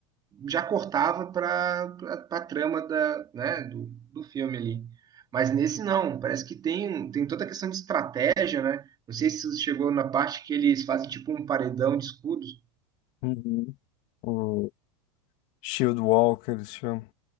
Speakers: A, on the right; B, on the left.
A: já cortava para a trama da, né, do, do filme ali. Mas nesse não, parece que tem, tem toda a questão de estratégia, né? Não sei se chegou na parte que eles fazem tipo um paredão de escudos.
B: Uhum. O Shield Walker, esse filme.